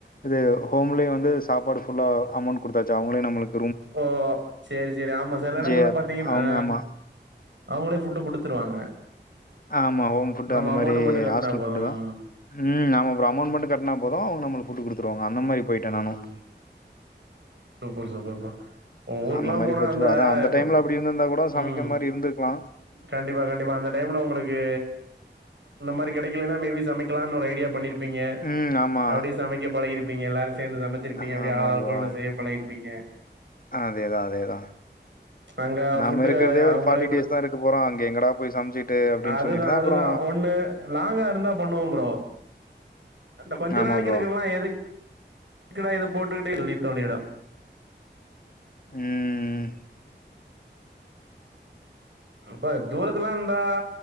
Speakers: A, on the left; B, on the right.
A: இது ஹோம்லே வந்து சாப்பாடு ஃபுல்லா அமௌண்ட் குடுத்தாச்சு அவங்களே நம்மளுக்
B: ஓ சேரி சேரி ஆமா சில இடங்கள்ல
A: ஜே
B: பாத்தீங்கன்
A: அவங்க
B: ஆ
A: ஆமா
B: அவங்களே ஃபுட்டு குடுத்துருவாங்க
A: ஆமா ஹோம் ஃபுட்டு
B: நம்ம
A: அந்த
B: அமௌண்ட்
A: மாரி
B: மட்டு கட்னா
A: ஹாஸ்டல்
B: போதும்
A: ஃபுட்டு தா
B: ம்
A: ம் ஆமா ஃப்ரோ அமௌண்ட் மட்டு கட்னா போது அவங்க நம்ளுக்கு ஃபுட்டு குடுத்துருவாங்க அந்த மாரி போய்ட்ட நானு
B: ம் சூப்பர் சூப்பர் ப்ரோ ஊருக்குல்லா
A: அந்த மாரி
B: போனா
A: போச்சு ப்ரோ அதா அந்த
B: இப்ப
A: டைம்ல அப்டி இருந்திருந்தா கூட
B: ம்
A: சமைக்க மாரி இருந்துக்லா
B: கண்டிப்பா கண்டிப்பா அந்த டைம்ல உங்களுக்கு இந்த மாரி கிடைக்கலனா மே பி சமைக்கலான்னு ஒரு ஐடியா பண்ணிருப் ப்பீங்க
A: ம் ஆமா
B: அப்டியே சமைக்க பழகிருப்பீங்க எல்லாரு சேந்து சமச்சிருப்பீங்க
A: ஆமா
B: அப்டி ஆள் ஆளுக்கு
A: ப்ரோ
B: ஒன்ன
A: ஆமா
B: செய்ய பழகிருப்பீங்க
A: அதேதா அதேதா
B: அங்க
A: நாம
B: ஃபுட்டு
A: இருக்கிறதே
B: அவங்களே
A: ஒரு ஃபார்ட்டி
B: குடுத்
A: டேஸ் தா இருக்க போறோ அங்க எங்கடா போய் சமைச்சிட்டு அப்டின்னு
B: அதுதா
A: சொல்லிட்டு தா
B: அதுதா
A: அப்புறோ
B: ஒன்னு லாங்கா இருந்தா பண்ணுவோ ஃப்ரோ இந்த கொஞ்ச
A: ஆமா
B: நாளெக்கி
A: ப்ரோ
B: இருக்கல்லா எதுக் எதுக்குடா இத போட்டுக்கிட்டே இலித்தோனிடா
A: ம்
B: அ ப தூரத்துல இருந்தா